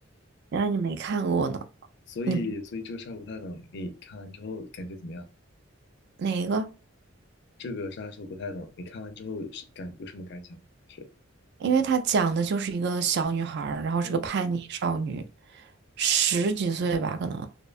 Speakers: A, on the right; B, on the left.
A: 原来你没看过呢？
B: 所以，
A: 你
B: 所以这个杀手不太冷，你看完之后感觉怎么样？
A: 哪一个？
B: 这个杀手不太冷，你看完之后是感有什么感想吗？还是
A: 因为它讲的就是一个小女孩儿，然后是个叛逆少女，
B: 嗯，
A: 十几岁吧，可能